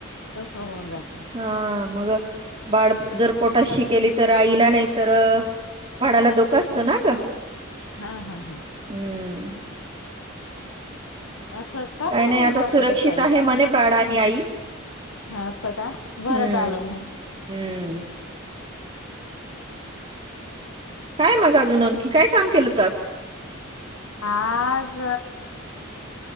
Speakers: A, on the left; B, on the right.
A: तस होऊन जातात.
B: हा मग बाळ जर पोटात शी केली तर आईला नाही तर बाळाला धोकां असतो ना ग.
A: हा हा हा.
B: हम्म.
A: असं का
B: काय
A: बर
B: नाही
A: होऊन
B: आता
A: जात
B: सुरक्षित
A: ग ताई.
B: आहे म्हणे बाळ आणि आई
A: हा असं का बरं
B: हम्म
A: झालं म.
B: हम्म. काय मग अजून आणखी काय काम केलं होत आज.
A: आज.